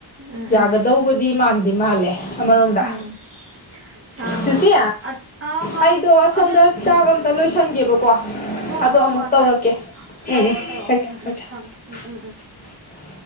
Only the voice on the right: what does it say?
ꯎꯝ
ꯎꯝ ꯎꯝ
ꯑ ꯑ ꯍꯣ
ꯑꯗꯨ
ꯍꯣꯏ
ꯍꯣꯏ
ꯍꯣꯏ
ꯍꯣꯏ
ꯇꯧꯔꯛꯑꯣ
ꯇꯧꯔꯛꯑꯣ
ꯎꯝ ꯎꯝ ꯊꯝꯃꯦ
ꯎꯝ ꯎꯝ ꯎꯝ